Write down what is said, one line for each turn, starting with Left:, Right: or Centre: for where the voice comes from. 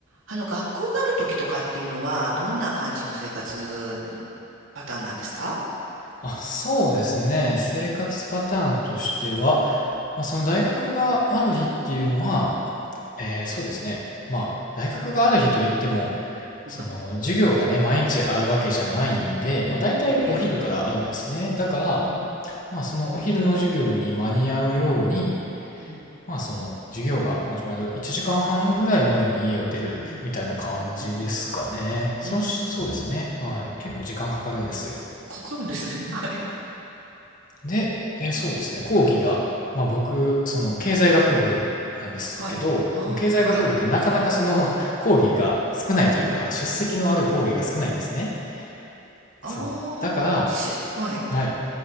Right: あの、学校がある時とかっていうのは、どんな感じの生活パターンなんですか
Left: あ、そうですね。生活パターンとしては、まあ、その大学がある日っていうのは、えーそうですね。まあ、大学がある日といっても、
Right: う
Left: その授業がね、毎日あるわけじゃないんで、まあ、大体お昼からあるんですね。
Right: んうれや。
Left: だから、
Right: うん、
Left: まあ、そのお昼の授業に間に合うように、
Right: うん、
Left: まあ、その授業が始まる1時間半ぐらい前に家を出るみたいな感じですかね。
Right: うん、うん、うん。
Left: そうし、
Right: うーん
Left: そうですね。はい。結構時間かかるんですよ。
Right: かかるんですね。<laughs> はい。
Left: で、えーそうですね、講義が、まあ僕、その経済学部なんですけど、
Right: はい。はあ、
Left: その経済学部ってなかなかその
Right: はい。
Left: <laughs> 講義が少ないというか、
Right: うん。
Left: 出席のある講義が少ないんですね。
Right: あ
Left: そう。だから、
Right: あ、し、はい。
Left: はい。